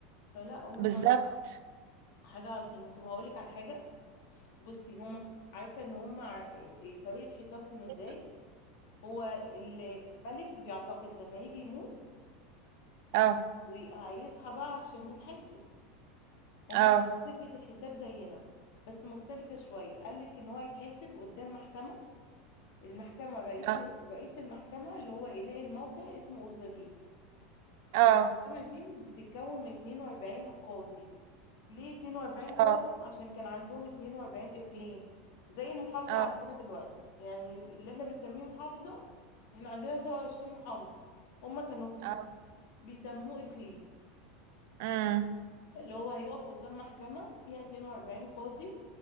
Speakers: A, on the left; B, on the right.
A: فلا هم
B: بالظبط
A: حاجة عظيمة طب هقولك على حاجة بصي هم عارفة ان هم ع- إيه- إيه، طريقة حسابهم ازاي
B: قولي.
A: هو الملك بيعتقد لما يجي يموت
B: اه
A: وهيصحى بقى عشان يتحاسب هم
B: اه
A: عندهم فكرة الحساب زينا بس مختلفة شوية قالك ان هو يتحاسب قدام محكمة المحكمة رئيس
B: اه
A: رئيس المحكمة اللي هو إله الموتى اسمه أوزوريس
B: اه
A: والمحكمة دي بتتكون من 42 قاضي ليه 42 قاضي
B: اه
A: عشان كان عندهم 42 إقليم زي المحافظة
B: اه
A: عندنا دلوقتي يعني اللي احنا بنسميه محافظة احنا عندنا 27 محافظة هما كانوا
B: اه
A: بيسموه إقليم
B: امم
A: اللي هو هيقف قدام محكمة فيها 42 قاضي